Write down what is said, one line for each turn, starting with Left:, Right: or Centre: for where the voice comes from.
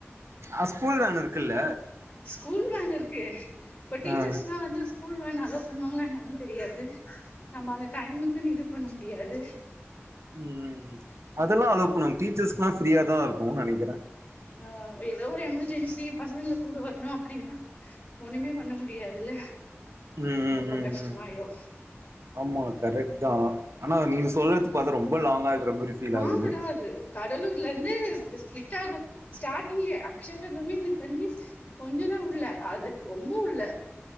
Right: அ ஸ்கூல் வேன் இருக்குல்ல
Left: ஸ்கூல் வேன் இருக்கு இப்ப டீச்சர்ஸ்னா
Right: ஆ
Left: வந்து ஸ்கூல் வேன் அளோ பண்ணுவாங்க என்னானு தெரியாது நம்ம அந்த டைமுக்குன்னு இது பண்ண முடியாது
Right: ம் ம் ம் அதெல்லா அளோ பண்ணுவாங்க டீச்சர்ஸ்குல்லா ஃப்ரியா தா இருக்கும்னு நினைக்கிறே
Left: ஆஹ் ஏதோ ஒரு எமர்ஜென்சி பசங்கல கூட வரணு அப்டின்னா ஒண்ணுமே பண்ண முடியாதுல்ல
Right: உம் உம்
Left: ரொம்ப
Right: உம்
Left: கஷ்டமாயிடு
Right: உம் ஆமா கரெக்ட் தா ஆனா நீங்க சொல்றது பாத்தா ரொம்ப லாங்கா இருக்குற மாரி ஃபீல்
Left: லாங்குதா
Right: ஆகுது
Left: அது கடலூர்லருந்து இது ஸ்ப்ளிட் ஆகு ஸ்டாட்டிங்லயே <unintelligible> கொஞ்சதா உள்ள அது ரொம்ப உள்ள